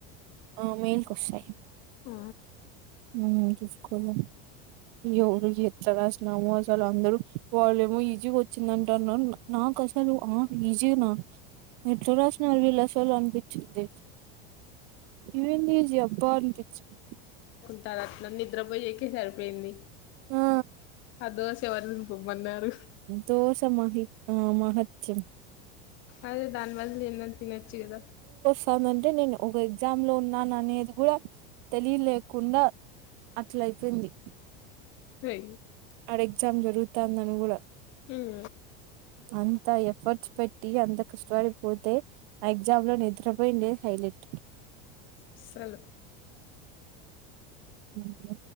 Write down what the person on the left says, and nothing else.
ఆ
తా దట్లా నిద్రపోయికి సరిపోయింది.
ఆ దోశ ఎవరు దింపమన్నారు
అది దాని బదులు ఏందన్న తినచ్చ కదా
<unintelligible>
ఉమ్
అసలు